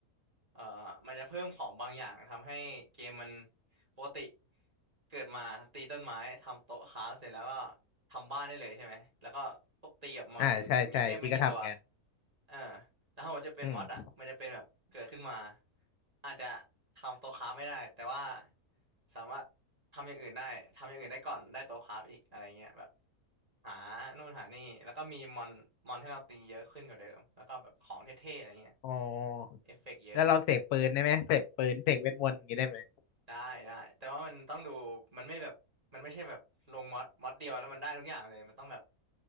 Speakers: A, on the right; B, on the left.
A: เอ่อมันจะเพิ่มของบางอย่างทำให้เกมมันปกติเกิดมาตีต้นไม้ทำโต๊ะค้าฟเสร็จแล้วก็ทำบ้านได้เลยใช่ไหมแล้วก็พวกตีกับมอนมีแค่ไม่กี่ตัว
B: อ่าใช่ใช่พี่ก็ทำกัน
A: เออแต่ถ้ามันจะเป็นมอดอ่ะมันจะเป็นแบบเกิดขึ้นมา
B: อืม
A: อาจจะทำโต๊ะค้าฟไม่ได้แต่ว่าสามารถทำอย่างอื่นได้ทำอย่างอื่นได้ก่อนได้โต๊ะค้าฟอีกอะไรเงี้ยแบบหานู่นหานี่แล้วก็มีมอนมอนให้เราตีเยอะขึ้นกว่าเดิมแล้วก็แบบของเท่ๆอะไรเงี้ย
B: อ๋อ
A: เอฟเฟกต์เยอะ
B: แล้วเราเสกปืนได้ไหมเสกปืนเสกเวทมนต์อย่างนี้ได้ไหม
A: ได้ได้แต่ว่ามันต้องดูมันไม่แบบมันไม่ใช่แบบลงม็อดม็อดเดียวแล้วมันได้ทุกอย่างเลยมันต้องแบบ